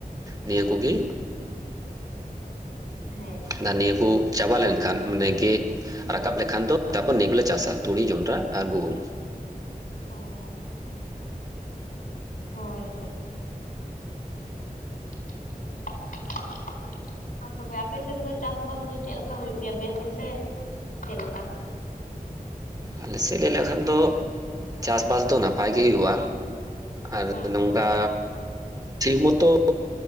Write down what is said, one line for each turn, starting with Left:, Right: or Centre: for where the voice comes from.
Right: ᱱᱤᱭᱟᱹ ᱠᱚᱜᱤ
Left: ᱦᱮᱸ ᱦᱮᱸ
Right: ᱫᱟ ᱱᱤᱭᱟᱹ
Left: ᱵᱩᱡᱷᱟᱹᱣ᱾
Right: ᱠᱟᱹ ᱪᱟᱵᱟ ᱞᱮᱱᱠᱷᱟᱱ ᱢᱟᱱᱮ ᱜᱮᱜ ᱨᱟᱠᱟᱵ ᱞᱮᱠᱷᱟᱱ ᱫᱚ ᱛᱟᱨᱯᱚᱨ ᱱᱤᱭᱟᱹ ᱠᱚᱞᱮ ᱪᱟᱥᱟ ᱛᱩᱲᱤ, ᱡᱚᱱᱰᱨᱟ ᱟᱨ ᱜᱩᱦᱩᱢ ᱾
Left: ᱚᱻ <unintelligible> ᱦᱳᱭ ᱦᱳᱭ <unintelligible> ᱟᱨ ᱛᱚᱵᱮ ᱟᱯᱮ ᱥᱮᱱ ᱫᱚ ᱪᱟᱥᱵᱟᱥ ᱫᱚ ᱪᱮᱫᱞᱮᱠᱟ ᱦᱩᱭᱩᱜ ᱜᱮᱭᱟ ᱵᱮᱥ ᱜᱮᱥᱮ ᱪᱮᱫᱞᱮᱠᱟ?
Right: ᱟᱞᱮ ᱥᱮᱫ ᱞᱟᱹᱭ ᱞᱮᱠᱷᱟᱱ ᱫᱚ ᱪᱟᱥ ᱵᱟᱥ ᱫᱚ ᱱᱟᱯᱟᱭ ᱜᱮ ᱦᱩᱭᱩᱜᱼᱟ ᱟᱨ
Left: ᱦᱮᱸ
Right: ᱱᱚᱝ ᱫᱟ ᱴᱷᱤᱠ ᱢᱚᱛᱚ